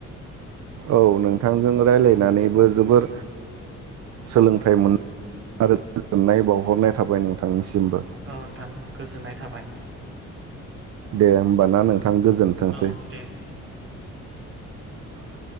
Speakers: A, on the right; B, on the right.
A: औ नोंथांजों रायलायनानैबो
B: औ
A: जोबोर सोलोंथाइ मोन आरो गोजोननाय बावहरनाय थाबाय नोंथांनिसिम । बो
B: औ नोंथां गोजोननाय थाबाय
A: दे होमबाना नोंथां गोजोनथोंसै।
B: औ दे
A: <inaudible>